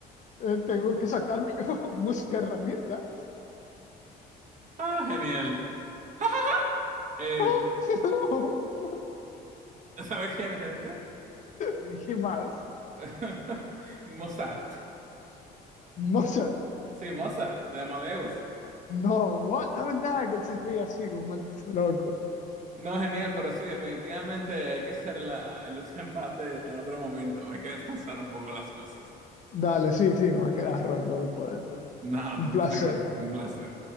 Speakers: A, on the left; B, on the right.
A: Eh, tengo que sacar mi <laughs> música herramienta.
B: Ah, genial. <laughs> Eh,
A: <laughs>
B: <laughs> ¿Sabes quién es ese?
A: Mickey Mouse.
B: <laughs> Mozart.
A: Mozart.
B: Sí, Mozart, de Amadeus.
A: No, what? Ah, verdad que él se ríe así, como un maldito loco.
B: No, genial, pero sí, definitivamente hay que hacer la, el otro empate en otro momento. Hay que descansar un poco las voces.
A: Dale, sí, sí, me va a quedar roco después de esto.
B: Nada,
A: Un
B: perfecto.
A: placer.
B: Un placer.